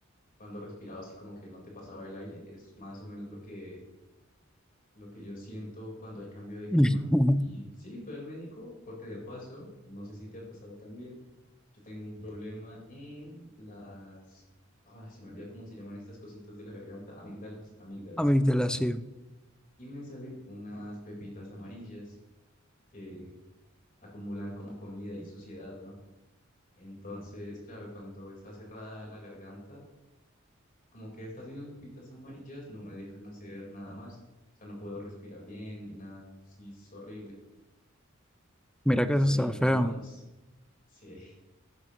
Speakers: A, on the left; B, in the centre.
A: cuando respiraba así como que no te pasaba el aire es más o menos lo que lo que yo siento cuando hay cambio de clima.
B: <laughs>
A: Y sí, fui al médico porque de paso, no sé si te ha pasado también, yo tengo un problema en las... Ah, se me olvida cómo se llaman estas cositas de la garganta, amígdalas, amígdalas.
B: amígdala, sí.
A: Y me salen unas pepitas amarillas que acumulan como comida y suciedad, ¿no? Entonces, claro, cuando está cerrada la garganta, como que estas mismas pepitas amarillas no me dejan hacer nada más. O sea, no puedo respirar bien ni nada. Sí, es horrible.
B: Mira
A: Pues
B: que eso está
A: ahí,
B: feo.
A: ahí vamos. Sí.